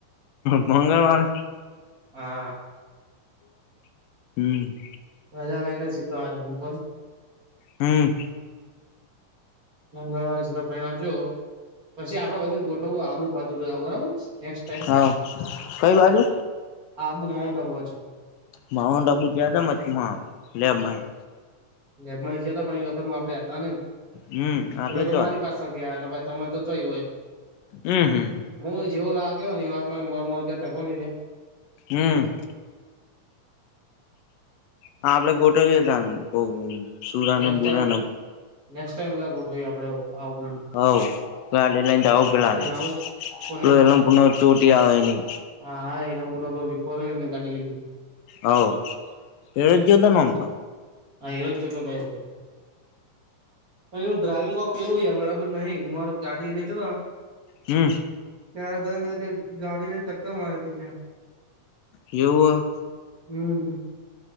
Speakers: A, on the left (about 85°); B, on the right (about 30°).
A: મંગળવારે.
B: હા.
A: હોય. હમ.
B: મજા લઈને સીધો આ હું પણ
A: હમ.
B: મંગળવારે સીધા ફહ આવ છું પછી આપડા બધાને ગોઠવું આવું બાજુ ગ બરાબર નેક્સસ ટાઈમ
A: હા કઈ બાજુ.
B: હા આબુ માઉન્ટ બાજુ.
A: માઉન્ટ આબુ ગયા થા મતમાં લેબ માઈ
B: લેબમાં ઈજ હતા પણ એ વખત આપડે હતા ને
A: હમ આપડે
B: તમે તો
A: જો
B: મારી
A: હતા
B: પાસે ધલા ભાઈ તમે તો જોય હોય.
A: હમ હમ
B: હું જેવો લાગ્યો ને એ વારમર <unintelligible> ગયા ત નહી
A: હમ. હા આપડે ગોઠવી હતા સુરા
B: નેક્સ્ટ
A: અને
B: ટાઈમ
A: બુરા ન
B: નેક્સ્ટ ટાઈમ બધા ગોઠવી આપણે હ <unintelligible>
A: હવ ગાડી લઈને તો આવ પેલા ને
B: આવું કોની
A: પેલ એલ પુન ચોટી આવે નહી.
B: હા એના પુને પ બ ફોર કડી લઇ.
A: હ એળ જદ ન ગ ય તો ઓમ તો.
B: હા એરોજ જતો કઈ પણ એનું ડ્રાઈવિંગ કોક પેલું બરાબર નહીં મારે ગાડી લેજત તા.
A: હમ.
B: ત્યારે બધાને ગાડી ને ટક્કર મારે હતી જં.
A: એવું હ.
B: હમ